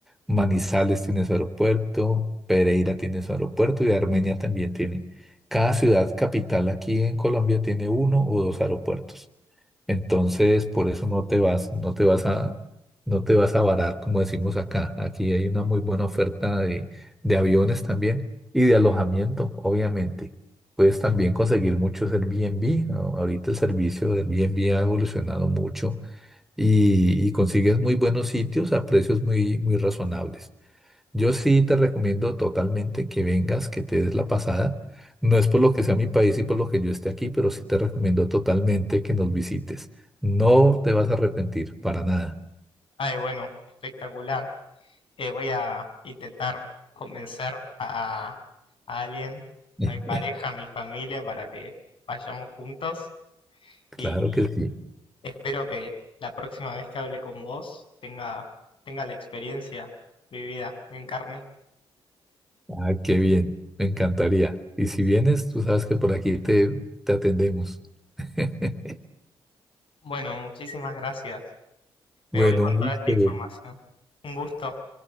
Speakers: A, in the centre; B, on the left.
A: Manizales tiene su aeropuerto, Pereira tiene su aeropuerto y Armenia también tiene. Cada ciudad capital aquí en Colombia tiene uno o dos aeropuertos. Entonces, por eso no te vas, no te vas a, no te vas a varar, como decimos acá. Aquí hay una muy buena oferta de, de aviones también y de alojamiento, obviamente. Puedes también conseguir muchos Airbnb. a- Ahorita el servicio de Airbnb ha evolucionado mucho y, y consigues muy buenos sitios a precios muy, muy razonables. Yo sí te recomiendo totalmente que vengas, que te des la pasada. No es por lo que sea mi país y por lo que yo esté aquí, pero sí te recomiendo totalmente que nos visites. No te vas a arrepentir, para nada.
B: Ay, bueno, espectacular. Eh, voy a intentar convencer a, a alguien,
A: <laughs>
B: a mi pareja, a mi familia, para que vayamos juntos
A: Claro
B: y
A: que sí.
B: espero que la próxima vez que hable con vos tenga, tenga la experiencia vivida en carne.
A: Ah, qué bien. Me encantaría. Y si vienes, tú sabes que por aquí te, te atendemos. <laughs>
B: Bueno, muchísimas gracias. Me
A: Bueno,
B: voy con
A: un gusto,
B: toda esta información. Un gusto,